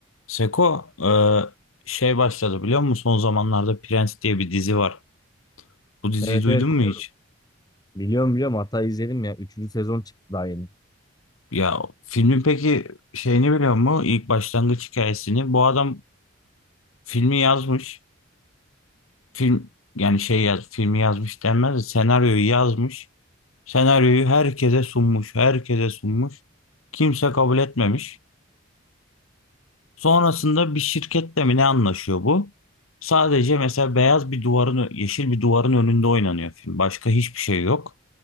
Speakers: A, on the left; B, on the left.
A: Seko e, şey başladı biliyor musun? Son zamanlarda Prens diye bir dizi var. Bu diziyi
B: Evet
A: duydun
B: evet
A: mu
B: biliyorum
A: hiç?
B: biliyorum biliyorum. hatta izledim ya üçüncü sezon çıktı daha yeni.
A: Ya filmin peki şeyini biliyor musun? İlk başlangıç hikayesini. Bu adam filmi yazmış. Film yani şey yaz, filmi yazmış denmez de senaryoyu yazmış. Senaryoyu herkese sunmuş. Herkese sunmuş. Kimse kabul etmemiş. Sonrasında bir şirketle mi ne anlaşıyor bu? Sadece mesela beyaz bir duvarın, yeşil bir duvarın önünde oynanıyor film. Başka hiçbir şey yok.